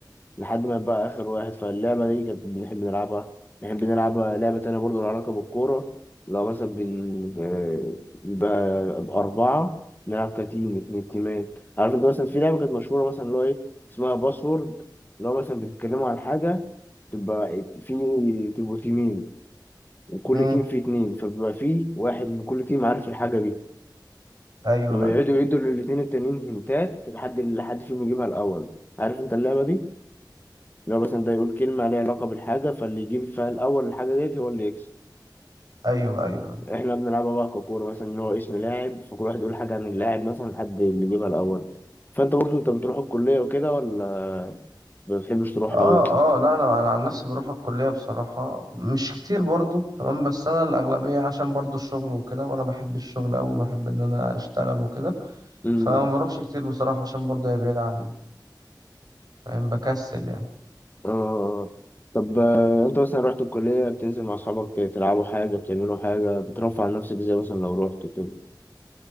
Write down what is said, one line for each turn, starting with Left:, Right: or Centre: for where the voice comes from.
Left: لحد ما بقى آخر واحد فاللعبة دي كانت بنحب نلعبها نحب نلعب لعبة تانية برضه لها علاقة بالكورة لو مثلا بن آه، يبقى أربعة نلعب كتيم اتنين تيمات عارف أنت مثلا في لعبة كانت مشهورة مثلا اللي هو إيه اسمها باسورد اللي هو مثلا بيتكلموا عن حاجة تبقى في تبقوا تيمين وكل
Right: أمم.
Left: تيم فيه اتنين فبيبقى فيه واحد من كل تيم عارف الحاجة دي
Right: ايوه
Left: ويقعدوا
Right: ايوه
Left: يدوا للاتنين التانيين هنتات لحد اللي حد فيهم يجيبها الأول عارف أنت اللعبة دي؟ لو مثلا ده يقول كلمة ليها علاقة بالحاجة فاللي يجيب فيها الأول الحاجة ديت هو اللي يكسب
Right: ايوه ايوه أيوة.
Left: احنا بنلعبها بقى ككورة مثلا إن هو اسم لاعب فكل واحد يقول حاجة عن اللاعب مثلا لحد اللي يجيبها الأول فأنت برضه أنت بتروح الكلية وكده ولا ما بتحبش تروح
Right: اه
Left: أوي؟
Right: اه لا انا انا عن نفسي بروح الكليه بصراحه مش كتير برضو تمام بس انا الاغلبيه عشان برضو الشغل وكده وانا بحب الشغل أوي وبحب ان انا اشتغل وكده
Left: أمم،
Right: فما بروحش كتير بصراحه عشان برضو هي بعيده عني فاهم بكسل يعني
Left: آه طب آه، أنت مثلا رحت الكلية بتنزل مع أصحابك تلعبوا حاجة بتعملوا حاجة بترفع عن نفسك إزاي مثلا لو رحت كده؟